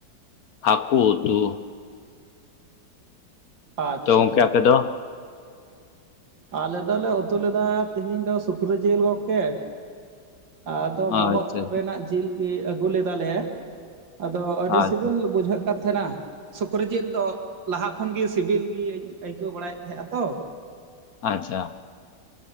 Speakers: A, on the left; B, on the right.
A: ᱦᱟᱹᱠᱩ ᱩᱛᱩ
B: ᱟᱪᱪᱷᱟ
A: ᱛᱚ ᱜᱚᱝᱠᱮ ᱟᱯᱮ ᱫᱚᱼᱼ
B: ᱟᱞᱮ ᱫᱚᱞᱮ ᱩᱛᱩ ᱞᱮᱫᱟ ᱛᱤᱦᱤᱧ ᱫᱚ ᱥᱩᱠᱨᱤ ᱡᱤᱞ ᱜᱚᱝᱠᱮ ᱟᱫᱚ ᱵᱚᱦᱚᱜ
A: ᱟᱪᱪᱷᱟ
B: ᱨᱮᱱᱟᱜ ᱡᱤᱞ ᱜᱮ ᱟᱹᱜᱩ ᱞᱮᱫᱟᱞᱮ ᱟᱫᱚ ᱟᱹᱰᱤ
A: ᱟᱪᱪᱷᱟ
B: ᱥᱤᱵᱤᱞ ᱵᱩᱡᱷᱟᱹᱜ ᱠᱟᱱ ᱛᱟᱦᱮᱸᱱᱟ ᱥᱩᱠᱨᱤ ᱡᱤᱞ ᱫᱚ ᱞᱟᱦᱟ ᱠᱷᱚᱱᱜᱮ ᱥᱤᱵᱤᱞ ᱜᱧ ᱟᱹᱭᱠᱟᱹᱣ ᱵᱟᱲᱟᱭᱮᱫ ᱛᱟᱦᱮᱸᱟ ᱟᱛᱚ
A: ᱟᱪᱪᱷᱟ᱾